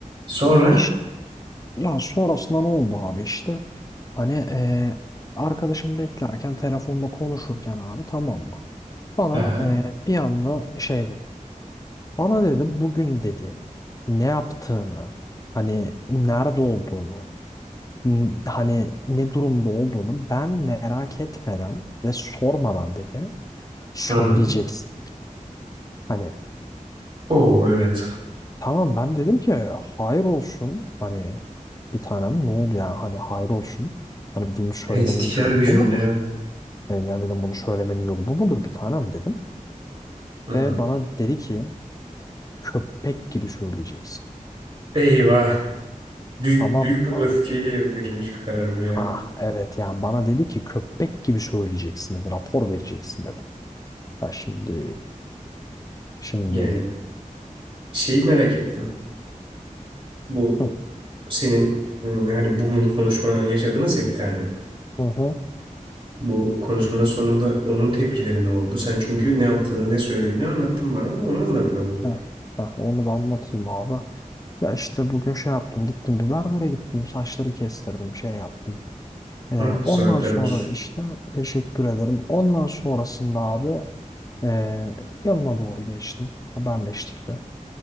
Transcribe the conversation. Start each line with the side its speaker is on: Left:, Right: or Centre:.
Right: Sonra?
Left: İşte, ya sonrasında ne oldu abi işte hani eee arkadaşım beklerken telefonda konuşurken abi tamam mı? Bana
Right: Aha.
Left: eee, bir anda şey dedi. Bana dedi bugün dedi ne yaptığını hani nerede olduğunu n- hani ne durumda olduğunu ben merak etmeden ve sormadan dedi söyleyeceksin.
Right: Hı hı. hı.
Left: Hani
Right: Oo evet.
Left: Tamam ben dedim ki hayır olsun hani bir tanem ne oldu ya hani hayır olsun. Hani bunu söylemenin
Right: Tehditkar
Left: yolu
Right: bir cümle.
Left: bu mudur?
Right: evet.
Left: Yani, yani dedim bunu söylemenin yolu bu mudur bir tanem dedim.
Right: Hı
Left: Ve
Right: hı.
Left: bana dedi ki köpek gibi söyleyeceksin.
Right: Eyvah. Büyük,
Left: Tamam
Right: büyük bir
Left: mı?
Right: öfkeyle verilmiş bir karar bu ya.
Left: Ha evet yani bana dedi ki köpek gibi söyleyeceksin dedi rapor vereceksin dedi. Ha şimdi şimdi
Right: Yani şeyi merak ettim. Bu
Left: hı
Right: senin ım, hani bugün konuşma yaşadınız ya bir tane.
Left: hı hı.
Right: Bu konuşmanın sonunda onun tepkileri ne oldu? Sen çünkü ne yaptığını ne söylediğini anlattın bana da onu anlatmadın.
Left: Ha, ha, onu da anlatayım abi. Ya işte bugün şey yaptım gittim bir berbere gittim saçları kestirdim şey yaptım. Ee,
Right: Ah, saatler
Left: ondan sonra
Right: olsun.
Left: işte teşekkür ederim. Ondan sonrasında abi ee, yanına doğru geçtim. Haberleştik de.